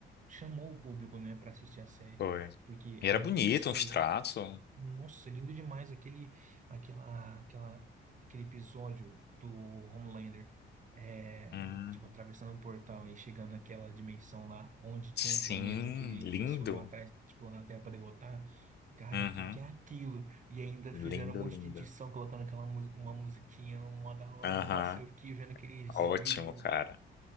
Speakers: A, on the right; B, on the left.
A: chamou o público, né, pra assistir a série,
B: foi.
A: porque
B: E
A: além
B: era bonito,
A: de ser
B: uns traços.
A: nossa, lindo demais aquele, aquela, aquela, aquele episódio do Homelander, é,
B: Hum,
A: tipo, atravessando um portal e chegando naquela dimensão lá, onde tinha
B: sim,
A: um planeta que ele,
B: lindo.
A: eles foram atrás, tipo, lá na Terra para derrotar. Cara,
B: Uhum,
A: que que é aquilo? E ainda fizeram
B: lindo,
A: um monte
B: lindo.
A: de edição colocando aquela mu- uma musiquinha, uma da hora.
B: Aham,
A: Nossa, eu fiquei vendo aqueles
B: ótimo,
A: vídeos
B: cara.